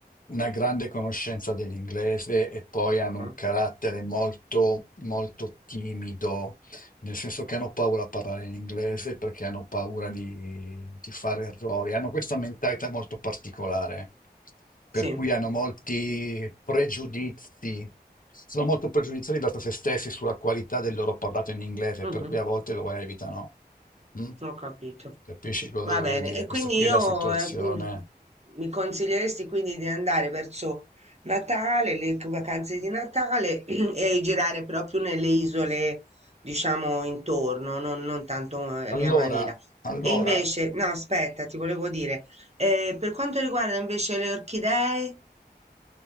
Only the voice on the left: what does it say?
una grande conoscenza dell'inglese e poi hanno
un carattere molto, molto timido, nel senso che hanno paura a parlare in inglese perché hanno paura di, di fare errori, hanno questa mentalità molto particolare,
per cui hanno molti pregiudizi, sono molto pregiudiziali verso se stessi sulla qualità del loro parlato in inglese,
per cui a volte lo evitano. Mm?
Capisci cosa
voglio
dire?
Questa qui
è la situazione.
Allora,
allora,